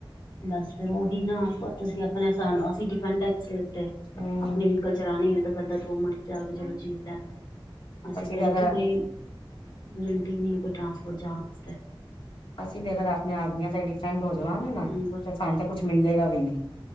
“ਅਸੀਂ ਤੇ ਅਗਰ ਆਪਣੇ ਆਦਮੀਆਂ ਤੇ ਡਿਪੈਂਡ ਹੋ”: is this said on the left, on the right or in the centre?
Left